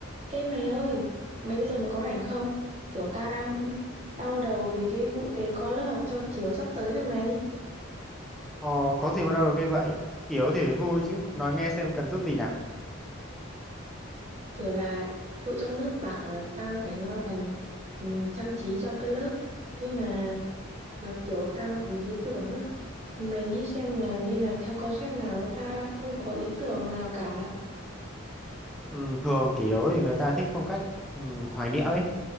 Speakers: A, on the right; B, in the centre.
A: Ê mày ơi, mày bây giờ mày có rảnh không? Kiểu tao đang đau đầu về cái vụ đề co lớp học cho kiểu sắp tới này mày.
B: Ờ, có gì mà đâu được cái vậy? Kỷ yếu thì phải vui chứ. Nói nghe xem cần giúp gì nào.
A: Kiểu là tụi trong lớp bảo là tao phải lo phần, phần trang trí cho cái lớp. Nhưng mà ờ, kiểu tao bị ý tưởng á. Mày nghĩ xem là nên làm theo concept nào, tao đang không có ý tưởng nào cả.
B: Ừ, thường kỷ yếu thì người ta thích phong cách ừ, hoài niệm ấy,